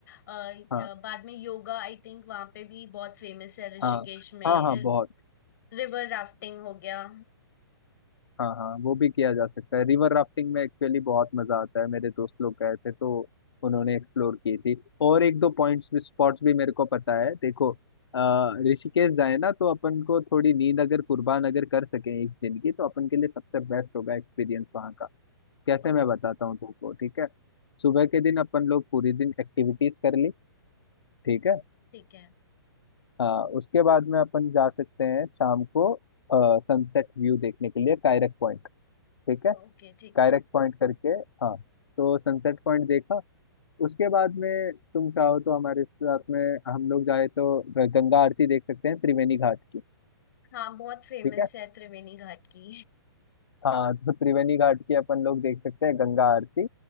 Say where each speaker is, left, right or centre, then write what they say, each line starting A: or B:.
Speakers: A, on the left; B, on the left.
A: अ, अ,
B: हाँ
A: बाद में योगा आई थिंक वहाँ पे भी बहुत फेमस है ऋषिकेश
B: हाँ
A: में
B: हाँ हाँ बहुत
A: रिवर राफ्टिंग हो गया
B: हाँ हाँ वो भी किया जा सकता है रिवर राफ्टिंग में एक्चुअली बहुत मजा आता है मेरे दोस्त लोग गए थे तो उन्होंने एक्सप्लोर की थी और एक दो पॉइंट्स भी स्पॉट्स भी मेरे को पता है देखो अ, ऋषिकेश जाए ना तो अपन को थोड़ी नींद अगर कुर्बान अगर कर सकें एक दिन की तो अपन के लिए सबसे बेस्ट होगा एक्सपीरियंस वहाँ का कैसे
A: ओ,
B: मैं बताता हूँ तुमको ठीक है सुबह के दिन अपन लोग पूरी दिन एक्टिविटीज कर ली ठीक है
A: ठीक है
B: हाँ उसके बाद में अपन जा सकते हैं शाम को सनसेट व्यू देखने के लिए कायरक पॉइंट ठीक है
A: ओके ठीक
B: कायरक
A: है
B: पॉइंट करके हाँ तो सनसेट पॉइंट देखा उसके बाद में तुम चाहो तो हमारे साथ में हम लोग जाए तो गंगा आरती देख सकते हैं त्रिवेणी घाट की
A: हाँ बहुत फेमस
B: ठीक है
A: है त्रिवेणी घाट की
B: हाँ तो त्रिवेणी घाट की अपन लोग देख सकते हैं गंगा आरती